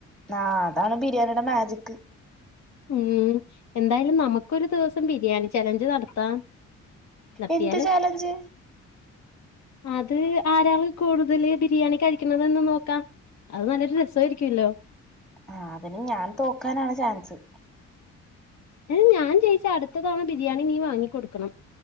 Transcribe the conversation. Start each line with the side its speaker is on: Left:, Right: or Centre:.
Centre: ആഹ അതാണ് ബിരിയാണിയുടെ മാജിക്
Left: ഉം എന്തായാലും നമുക്കൊരു ദിവസം ബിരിയാണി ചലഞ്ച് നടത്താം നടത്തിയാലോ
Centre: എന്ത് ചാലഞ്ച്
Left: അത് ആരാള് കൂടുതല് ബിരിയാണി കഴിക്കണതന്ന് നോക്കാം അത് നല്ലൊരു രസമായിരിക്കുമല്ലോ
Centre: ആ അതിന് ഞാൻ തോക്കാനാണ് ചാൻസ്
Left: അ ഞാൻ ജയിച്ച അടുത്ത തവണ ബിരിയാണി നീ വാങ്ങിക്കൊടുക്കണം